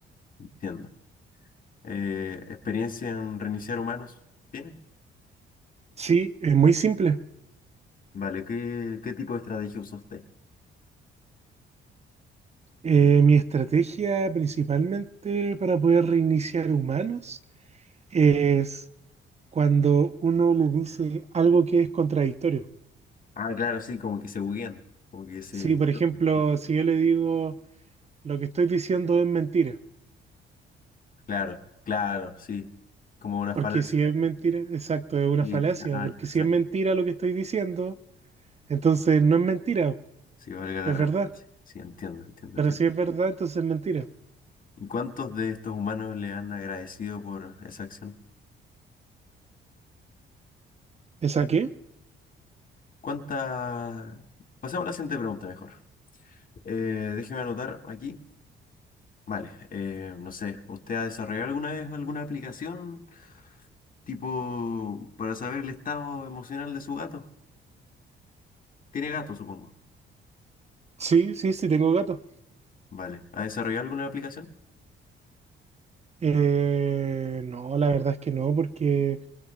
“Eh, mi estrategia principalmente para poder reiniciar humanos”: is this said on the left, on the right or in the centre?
Right